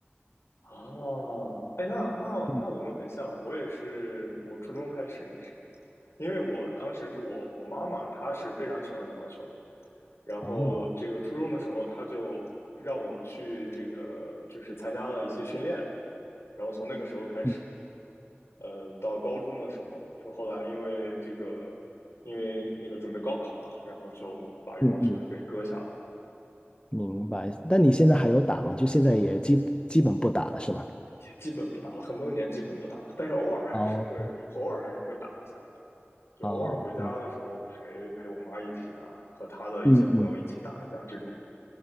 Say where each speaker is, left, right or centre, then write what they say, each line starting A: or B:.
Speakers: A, on the left; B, on the left.
A: 哦，哎，那那那我们很像，
B: 嗯，
A: 我也是，我初中开始也是。因为我当时是我我妈妈，她是非常喜欢羽毛球，然后这个初中的时候，
B: 哦，
A: 她就让我去这个就是参加了一些训练，然后从那个时候开始，
B: 嗯
A: 呃，到高中的时候，就后来因为这个因为那个准备高考嘛，然后就把羽毛球就给搁下了，
B: 嗯嗯，明白。但你现在还有打吗？就现在也基基本不打了，是吗？
A: 也基本不打了，很多年基本不打了，但是偶尔还是会也偶尔还是会打一下，
B: 哦，
A: 就偶尔回家的时候陪陪我妈一起啊，
B: 哦，明白。
A: 和她的一些朋友一起打一下这种。
B: 嗯嗯，